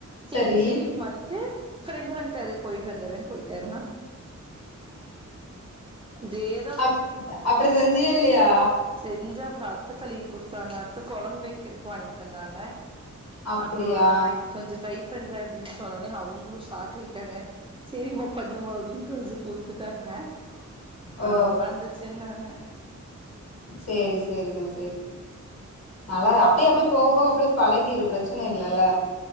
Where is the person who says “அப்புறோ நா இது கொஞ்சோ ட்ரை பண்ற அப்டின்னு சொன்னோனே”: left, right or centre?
Right